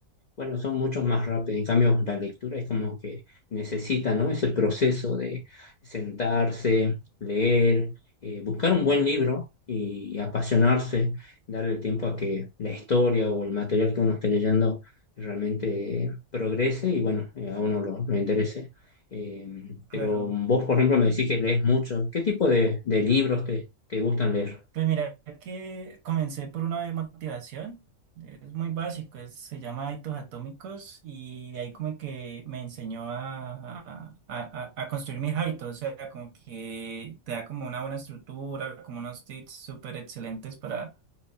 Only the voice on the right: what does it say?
Claro.
Pues mira que comencé por una de motivación, es muy básico, es- se llama Hábitos Atómicos y de ahí como que me enseñó a, a, a- a construir mis hábitos, o sea, como que te da como una buena estructura, como unos tips súper excelentes para